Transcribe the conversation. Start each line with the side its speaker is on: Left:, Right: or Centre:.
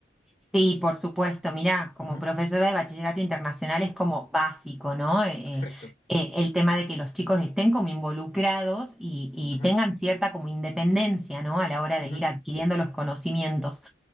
Centre: Sí, por supuesto, mirá, como
Left: Ujú,
Centre: profesora de bachillerato internacional es como básico, ¿no? Eh,
Left: Perfecto.
Centre: eh, el tema de que los chicos estén como involucrados y, y
Left: Ujú,
Centre: tengan cierta como independencia, ¿no? A la hora de
Left: ujú,
Centre: ir adquiriendo los conocimientos.